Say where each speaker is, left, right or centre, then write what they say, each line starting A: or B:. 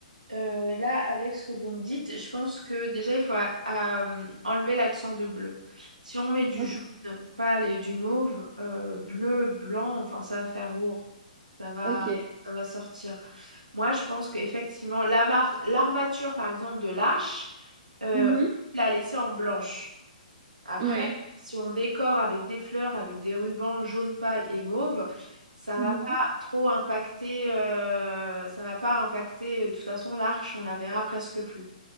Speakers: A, on the right; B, on the right.
A: euh, là, avec ce que vous me dites, je pense que déjà, il faut a- a- hum, enlever l'accent de bleu. Si on met du
B: Ok.
A: jaune, pâle et du mauve, euh, bleu, blanc, enfin, ça va faire lourd. Ça va,
B: Ok.
A: ça va sortir. Moi, je pense qu'effectivement, la mar- l'armature, par exemple, de l'arche, euh,
B: Mhm.
A: on l'a laissée en blanche. Après,
B: Ouais.
A: si on décore avec des fleurs, avec des rubans jaune pâle et mauve, ça
B: Mhm.
A: va pas trop impacter, euh, ça va pas impacter, euh, de toute façon, l'arche, on la verra presque plus.